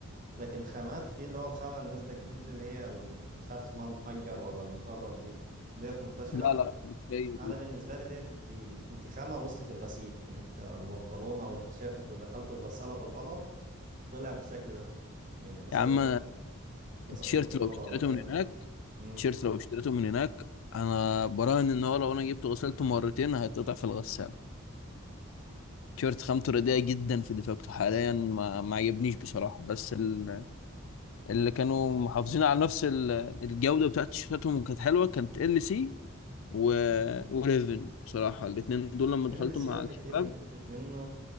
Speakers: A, on the right (about 35°); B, on the left (about 65°).
A: لكن خامات في اللي هو الخامه اللي نازله جديد دي اللي هي ال- مش عارف اسمها المحجر ولا المطرب دي ديت منتشره
B: لا لا مش هي
A: انا
B: دي.
A: بالنسبه لي ديت انت انت خامه وسط في الغسيل يعني انت البنطلون او التيشيرت انت دخلته الغساله بالغلط طلع بالشكل ده يعني غسلته
B: يا عم
A: مع- غسلته
B: التيشيرت
A: بكلور
B: لو اشتريته
A: ولا بتاع
B: من هناك
A: امم
B: التيشيرت لو اشتريته من هناك أنا براهن إن هو لو أنا جبته غسلته مرتين هيتقطع في الغسالة تيشيرت خامته رديئة جدا في دفاكته حاليا ما, ما عجبنيش بصراحة بس ال... اللي كانوا محافظين على نفس ال- الجودة بتاعت تيشيرتاتهم وكانت حلوة كانت ال سي و... وريفن بصراحة الاتنين دول لما
A: ال
B: دخلتهم
A: سي
B: مع
A: بقالي
B: الشباب
A: كتير ما جبتش منه